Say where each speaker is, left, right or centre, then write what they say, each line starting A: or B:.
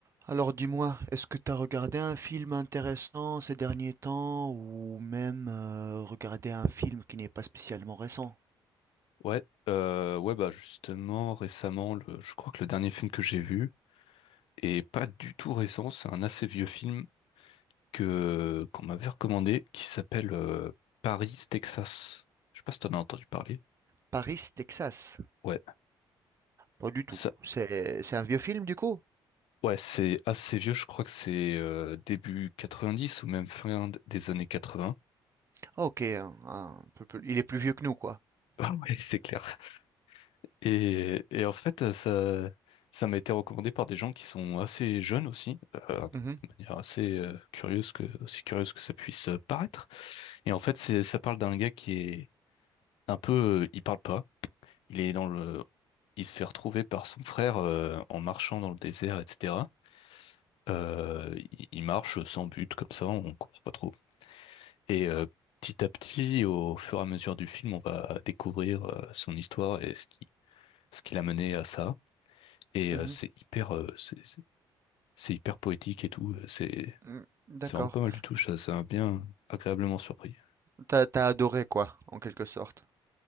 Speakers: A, on the right; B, on the left.
A: Alors dis-moi, est-ce que tu as regardé un film intéressant ces derniers temps ou même euh, regardé un film qui n'est pas spécialement récent?
B: Ouais, euh, ouais, bah justement, récemment, le, je crois que le dernier film que j'ai vu, et pas du tout récent, c'est un assez vieux film que qu'on m'avait recommandé, qui s'appelle euh, Paris, Texas. Je sais pas si t'en as entendu parler.
A: Paris, Texas?
B: Ouais,
A: Pas du tout.
B: ça,
A: C'est c'est un vieux film du coup?
B: ouais, c'est assez vieux, je crois que c'est euh, début 90 ou même fin d- des années 80.
A: Ah, ok, un- un peu plus- il est plus vieux que nous quoi.
B: Ah <laughs> ouais, c'est clair. Et, et en fait, euh, ça, ça m'a été recommandé par des gens qui sont assez jeunes aussi, euh,
A: Mhm,
B: de manière assez euh, curieuse que, aussi curieuse que ça puisse euh, paraître. Et en fait, c'est, ça parle d'un gars qui est un peu, euh, il parle pas, il est dans le, il se fait retrouver par son frère euh, en marchant dans le désert, etc. Euh, il, il marche sans but comme ça, on comprend pas trop. Et euh, petit à petit, au fur et à mesure du film, on va découvrir euh, son histoire et ce qui, ce qui l'a mené à ça. Et
A: mhm,
B: euh, c'est hyper, euh, c'est c'est- c'est hyper poétique et tout. euh, C'est
A: mm, d'accord.
B: c'est vraiment pas mal du tout. Ça, ça m'a bien agréablement surpris.
A: T'as t'as adoré quoi, en quelque sorte.